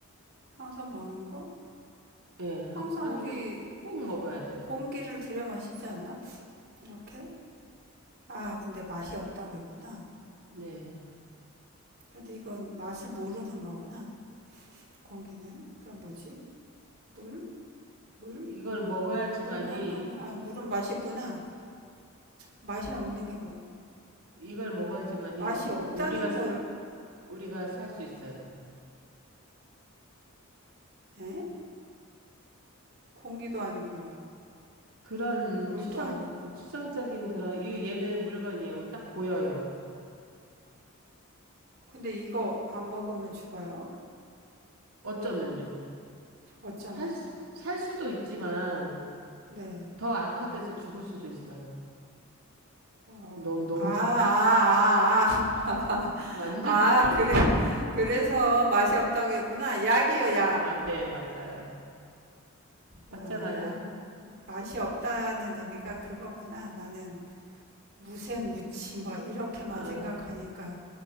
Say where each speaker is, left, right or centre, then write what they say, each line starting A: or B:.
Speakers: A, on the right (about 45°); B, on the right (about 75°).
A: 항상 먹는
B: 음,
A: 거?
B: 예, 항,
A: 항상
B: 항-
A: 우리
B: 꼭 먹어야 돼요.
A: 공기를 들여 마시지 않나? 이렇게? 아, 근데 맛이 없다고 있구나.
B: 네.
A: 근데 이건 맛을 모르는 거구나. 공기는. 그럼 뭐지? 물? 물?
B: 이걸 먹어야지만이,
A: 물도 항상, 뭐- 아, 물은 맛있구나. 맛이 없는 게 뭐,
B: 이걸 먹어야지만이
A: 맛이
B: 우리가,
A: 없다는
B: 우리가,
A: 거,
B: 우리가 살 수 있어요.
A: 에? 공기도 아니고,
B: 그런
A: 물도
B: 추상,
A: 아니고.
B: 추상적인 그런, 이, 얘는 물건이에요. 딱 보여요.
A: 근데 이거 안 먹으면 죽어요?
B: 어쩌면요.
A: 어쩌면?
B: 살, 수- 살 수도 있지만,
A: 네.
B: 더 악화돼서 죽을 수도 있어요.
A: 어,
B: 너무, 너무,
A: 아, 아,
B: <laughs>
A: 아,
B: 완전
A: 아,
B: 중요한
A: 아, 그래,
B: 건데.
A: <laughs> 그래서 맛이 없다고 했구나. 약이요,
B: 네.
A: 약.
B: 아, 네, 맞아요.
A: 아,
B: 맞잖아요.
A: 맛이 없다는 의미가 그거구나. 나는 무생무치 뭐 이렇게만
B: 아,
A: 생각하니까